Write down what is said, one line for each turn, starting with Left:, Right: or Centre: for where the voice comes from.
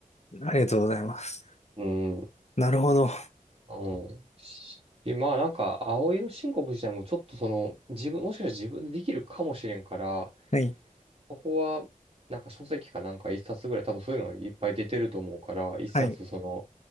Left: ありがとうございます。
Right: うん。
Left: なるほど。
Right: うん。しまあなんか、青色申告自体もちょっとその、自分、もしかしたら自分でできるかもしれんから、
Left: はい。
Right: そこは、なんか書籍かなんか一冊ぐらい、多分そういうのがいっぱい出てると思うから、一冊その、
Left: はい。